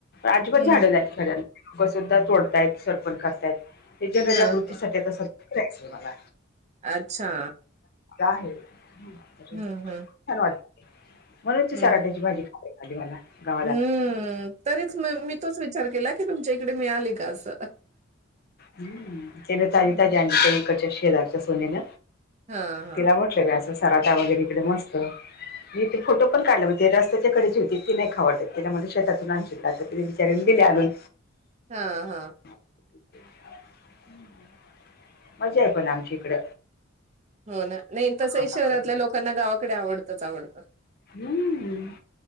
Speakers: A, on the left (about 50°); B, on the right (about 35°).
A: अजिबाज
B: हम्म
A: झाड नाही आहेत, खऱ्याना लोकसुद्धा तोडतायत, सरपन करतायत. ते जनजागृतीसाठी
B: हा हा
A: आता सध्या करायचय मला.
B: अच्छा!
A: आहे, छान
B: हम्म हम्म
A: वाटत, म्हणून सराट्याची
B: हम्म
A: भाजी <unintelligible>
B: हम्म! तरीच म मी तोच विचार केला, की तुमच्या इकडे मिळाली का असं?
A: हम्! त्यान
B: हं.
A: ताजी ताजी आणली, त्या इकडच्या शेजारच्या सुनेन,
B: हां, हां.
A: तिला असं, सराटा वगैरेकडे मस्त मी इथे फोटो पण काढला, म्हणजे रस्तच्या कडेचचे होते तती नाही खाव वाटत, ततिला म्हणल शेतातून आणशील का? तिने बिचारीने दिले आणून.
B: हा हा.
A: <unintelligible> <inaudible> मजा आहे पण आमची इकड.
B: हो ना, नाही तसंही
A: वातावरण
B: शहरातल्या लोकांना गावाकडे आवडतंच आवडतं.
A: हम्म!